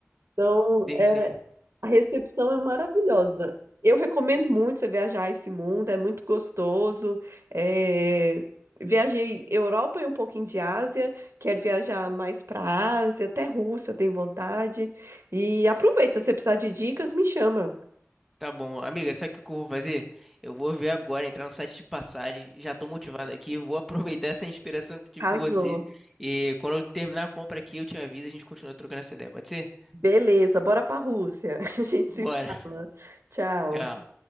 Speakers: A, on the right; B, in the centre.
A: Então,
B: Sim, sim.
A: a recepção é maravilhosa. Eu recomendo muito você viajar esse mundo, é muito gostoso. É, Viajei Europa e um pouquinho de Ásia, quero viajar mais para Ásia, até Rússia, eu tenho vontade. E aproveita, se você precisar de dicas, me chama.
B: Tá bom. Amiga, sabe o que que eu vou fazer? Eu vou ver agora, entrar no site de passagem. Já tô motivado aqui. Vou aproveitar essa inspiração que eu tive
A: Arrasou.
B: com você. E quando eu terminar a compra aqui, eu te aviso. A gente continua trocando essa ideia. Pode ser?
A: Beleza, bora para Rússia. <laughs> A gente
B: Bora.
A: se fala.
B: <laughs>
A: Tchau.
B: Tchau.